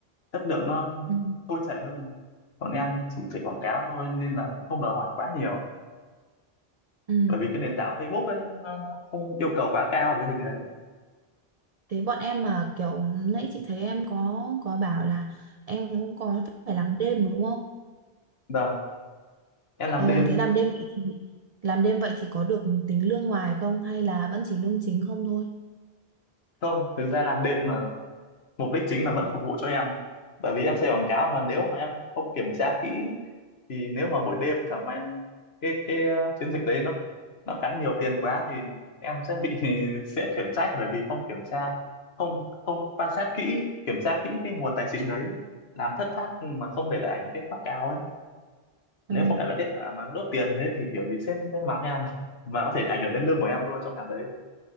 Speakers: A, on the left; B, on the right.
A: chất lượng nó
B: ừ.
A: trôi chảy hơn còn em chỉ chạy quảng cáo thôi nên là không đòi hỏi quá nhiều
B: ừ.
A: bởi vì cái nền tảng Facebook ấy nó, nó không yêu cầu quá cao về cái hình đấy
B: thế bọn em mà kiểu nãy chị thấy em có có bảo là em cũng có phải làm đêm đúng không
A: vâng em làm
B: ờ
A: đêm
B: thế làm đêm vậy thì làm đêm vậy thì có được tính lương ngoài không hay là vẫn chỉ lương chính không thôi
A: không thực ra làm đêm là mục đích chính là vẫn phục vụ cho em bởi vì em xây quảng cáo mà nếu mà em không kiểm tra kỹ thì nếu mà buổi đêm chẳng may cái cái ờ, chiến dịch đấy nó nó cắn nhiều tiền quá thì em sẽ bị <laughs> sếp khiển trách bởi vì không kiểm tra không không quan sát kỹ kiểm tra kỹ cái nguồn tài chính đấy làm thất thoát mà không để lại kết quả cao ấy nếu
B: ừ
A: không để lại kết quả mà đốt tiền thế thì kiểu gì sếp cũng sẽ mắng em <laughs> và có thể ảnh hưởng đến lương của em luôn trong tháng đấy